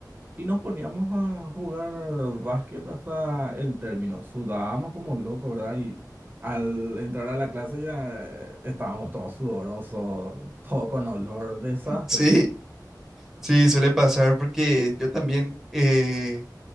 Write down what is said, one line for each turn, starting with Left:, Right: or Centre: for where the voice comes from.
Right: Y nos poníamos a jugar básquet hasta el término. Sudábamos como locos, ¿verdad? Y al entrar a la clase ya eh, estábamos todos sudorosos, todo con olor, desastre.
Centre: Sí, sí, suele pasar porque yo también eh,